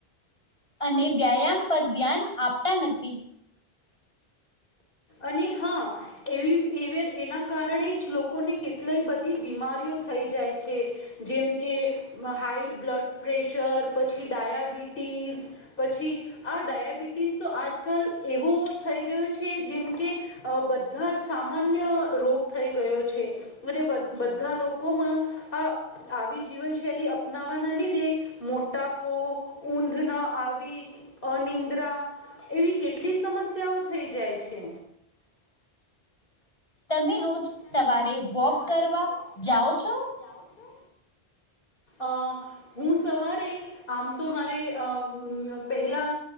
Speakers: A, on the left; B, on the left.
A: અને વ્યાયામ પર ધ્યાન આપતા નતી
B: અને હા એવી એવે એના કારણે જ લોકોને કેટલય બધી બીમારીઓ થઈ જાય છે. જેમકે હાઈ બ્લડ પ્રેશર પછી ડાયાબિટીસ પછી આ ડાયાબિટીસ તો આજકાલ એવું થઈ ગયું છે જેમ કે અ બધા જ સામાન્ય રોગ થઈ ગયો છે અને બધા લોકોમાં આ આવી જીવનશૈલી અપનાવાના લીધે મોટા પો ઊંધ ના આવી અનિદ્રા એવી કેટલી સમસ્યાઓ થઈ જાય છે
A: તમે રોજ
B: તમે
A: સવારે
B: સવારે
A: વોક કરવા
B: વોક કરવા
A: જાઓ છો?
B: જાઓ છો. અ હું સવારે આમ તો મારે અ પહેલા